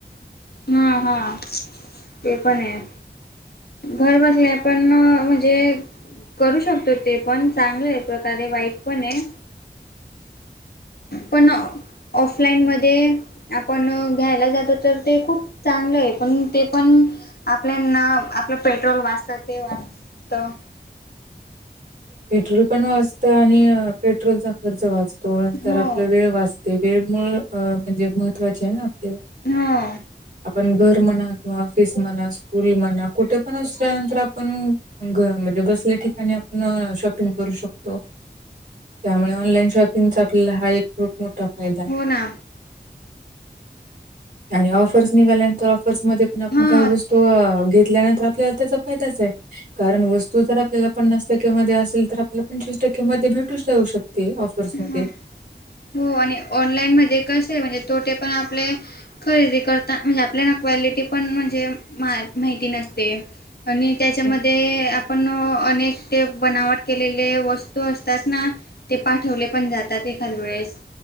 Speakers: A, on the left; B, on the right.
A: हम्म हा ते पण आहे घर बसल्या पण म्हणजे करू शकतो ते पण चांगल आहे एक प्रकारे वाईट पण आहे पण ऑफलाईनमध्ये आपण... घ्यायला जातो... तर ते खूप चांगलं ए... पण ते पण आपल्या... ना... आपलं पेट्रोल वाचतं... ते वाचतं
B: पेट्रोल पण वाचतं... आणि पेट्रोलचा खर्च वाचतो, नंतर
A: हो
B: आपला वेळ वाचतो ते वेळ... मूळ... अ... म्हणजे, महत्त्वाचे हाये ना आपल्याला
A: हो
B: आपण घर म्हणा... किंवा ऑफिस म्हणा... स्कूल म्हणा, कुठे पण असल्यानंतर... आपण घर... म्हणजे बसल्या ठिकाणी आप पिंग करू शकतो. त्यामुळे, ऑनलाईन शॉपिंगचा आपल्याला हा एक खूप मोठा फायदा ए...
A: हो ना
B: आणि ऑफर्स निघाल्यां तर पर्स मध्ये पण... आपण
A: हा
B: काही वस्तू तो... घेतल्यानंतर... आपल्याला त्याचा फायदाच ए... कारण वस्तू जर आपल्याला पन्नास टक्क्यांमध्ये अस हे खरं आपल्या पंचवीस टक्के मध्ये, भेटून जाऊ शकते ऑफर्समध्ये
A: हा हो... आणि ऑनलाईन मध्ये कसं ए... म्हणजे तोटे पण आपले खरेदी करता... म्हणजे आपल्या... न.. क्वालिटी पण म्हणजे... मा.. माहिती नसते आणि त्याच्यामध्ये
B: हो,
A: आप पण... अनेक ते बनावट केलेले वस्तू असतात ना ते पाठवले पण जातात एखाद वेळेस...